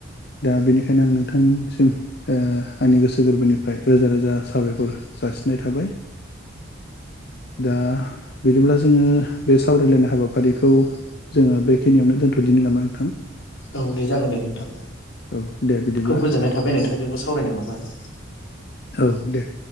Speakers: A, on the left (about 55°); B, on the left (about 80°).
A: दा बेनिखायनो आं नोंथांसिम ओ आंनि गोसो गोरबोनिफ्राय रोजा रोजा साबायखर जासिननाय थाबाय। दा बिदिब्ला जोङो बे सावरायलायनाय हाबाफारिखौ जोङो बे खिनियावनो दोनथ'दिनो नामा नोंथां?
B: औ दे जागोन दे नोंथां
A: औ दे बिदिब्ला
B: खोब गोजोननाय थाबाय नोंथांजोंबो सावरायनो मोननानै
A: औ दे